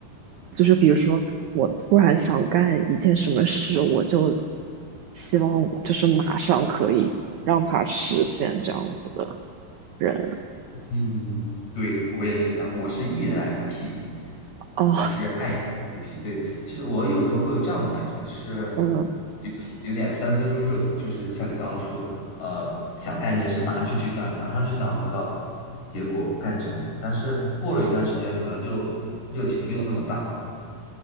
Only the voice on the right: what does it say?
就是比如说我突然想干一件什么事，我就希望就是马上可以让它实现这样子的。人
啊，
嗯，